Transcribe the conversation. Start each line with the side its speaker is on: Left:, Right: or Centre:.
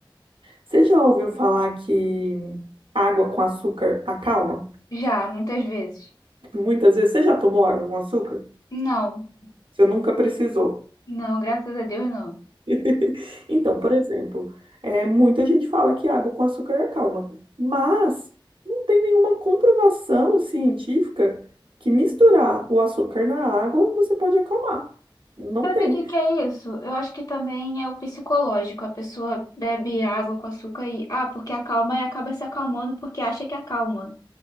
Right: Você já ouviu falar que água com açúcar acalma?
Left: Já, muitas vezes.
Right: Muitas vezes, você já tomou água com açúcar?
Left: Não,
Right: Você nunca precisou.
Left: não, graças a Deus não.
Right: <laughs> Então, por exemplo, é, muita gente fala que água com açúcar é calma, mas não tem nenhuma comprovação científica que misturar o açúcar na água você pode acalmar. Não
Left: Sabe
Right: tem.
Left: o que que é isso? Eu acho que também é o psicológico. A pessoa bebe água com açúcar e, ah, porque acalma e acaba se acalmando porque acha que acalma.